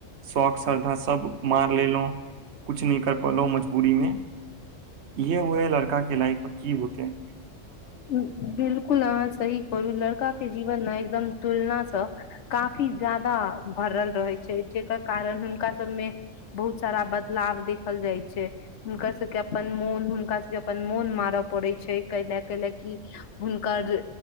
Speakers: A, on the right; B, on the left.
A: शौक श्रद्धा सब मार लेलो कुछ न कर पलो मजबु बूरी मे इहे हुए लड़का के लाइफ पर की होतेै
B: बिलकुल अहाँ सही कहलू लड़का के जीवन न एकदम तुलनासँ काफी जादा भरल रहै छै जेकर कारण हुनका सबमे बहुत सारा बद लाभ देखल जाइ छै हुनकर सबके अप अपन मोन हुनका सबके अपन मोन मारऽ पड़ै छै कैले कि हुनकर